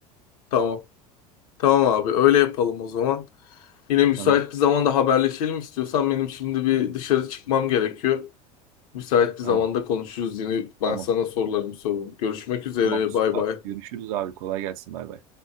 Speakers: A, on the left; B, on the right.
A: Tamam. Tamam abi öyle yapalım o zaman. Yine müsait
B: Tamam.
A: bir zamanda haberleşelim istiyorsan benim şimdi bir dışarı çıkmam gerekiyor. Müsait bir
B: Tamam.
A: zamanda konuşuruz yine ben
B: Tamam.
A: sana sorularımı sorarım. Görüşmek üzere
B: Tamam. Süper.
A: bay bay.
B: Görüşürüz abi. Kolay gelsin. Bay bay.